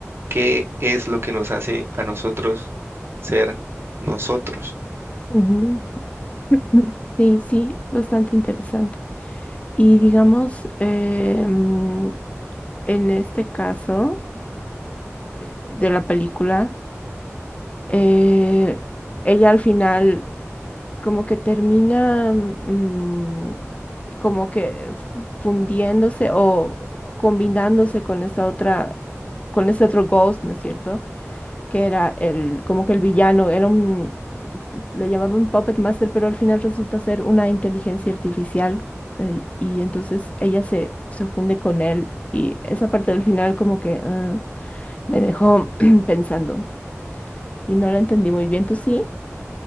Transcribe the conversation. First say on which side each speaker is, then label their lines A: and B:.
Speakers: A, on the right; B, on the left.
A: ¿qué es lo que nos hace a nosotros ser nosotros?
B: ujú, ujú, Sí, sí, bastante interesante. Y digamos, eh, mm, en este caso de de la película, eh, ella al final como que termina mm, como que fu- fundiéndose o combinándose con esta otra, con este otro Ghost, ¿no es cierto? Que era el, como que el villano, era un, le llamaban Puppet Master, pero al final resulta ser una inteligencia artificial eh, y entonces ella se, se funde con él y esa parte del final como que ah, me dejó <clears throat> pensando y no la entendí muy bien, ¿tú sí?